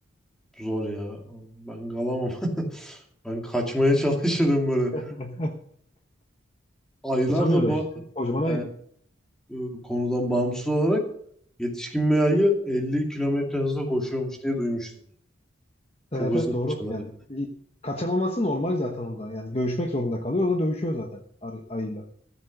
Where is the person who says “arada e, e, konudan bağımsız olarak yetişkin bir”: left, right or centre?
Centre